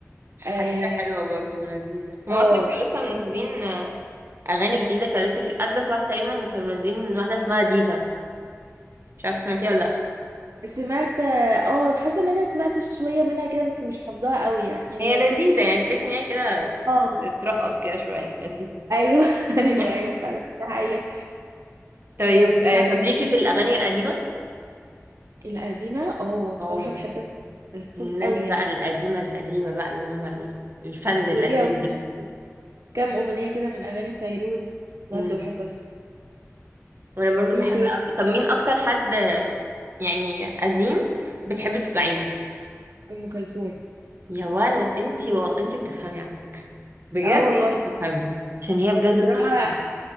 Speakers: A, on the right; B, on the right.
A: حديثة
B: اه
A: حلوة برضو ولذيذة هما
B: آه.
A: أصلا كانوا لسه منزلين آه، أغاني جديدة كان لسه في أجدد واحدة تقريبا اللي كانوا منزلين واحدة اسمها ديفا مش عارفة سمعتيها ولا لأ
B: سمعت اه حاسة ان انا سمعت شوية منها كده بس مش حافظاها قوي يعني يعني
A: هي
B: مركزتش
A: لذيذة يعني تحس إن هي كده
B: اه
A: ترقص كده شوية لذيذة
B: ايوه <laughs> ايوه
A: <laughs>
B: ايوه فعلا دي حقيقة
A: طيب
B: آه، مش
A: آه،
B: عارفة
A: طب ليكي في الأغاني القديمة؟
B: القديمة اه بصراحة
A: اه
B: بحب اسمع كلثوم
A: الناس
B: قوي
A: بقى
B: يعني
A: القديمة القديمة بقى اللي هم ال- الفن القديم
B: وليا برضه
A: ده
B: كام أغنية كده من أغاني فيروز برضه
A: امم
B: بحب أسمع
A: وأنا برضو
B: مين
A: بحب
B: تاني
A: أوي طب مين أكتر حد آه، يعني قديم بتحبي تسمعي له؟
B: أم كلثوم
A: يا ولد انتي و... انتي بتفهمي على فكرة بجد
B: اه والله
A: انتي بتفهمي عشان هي بجد
B: بصراحة
A: تحفة